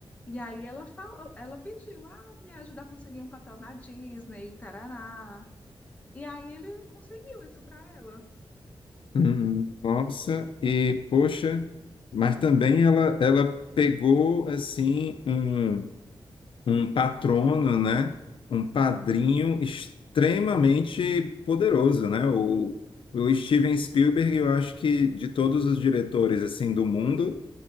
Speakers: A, on the left; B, on the left.
A: E aí ela falou, ela pediu, ah, me ajuda a conseguir um papel na Disney, tarará. E aí ele conseguiu isso pra ela.
B: Uhum. Nossa, e poxa, mas também ela, ela pegou assim um, um patrono, né? Um padrinho extremamente poderoso, né? O, o Steven Spielberg, eu acho que de todos os diretores assim do mundo,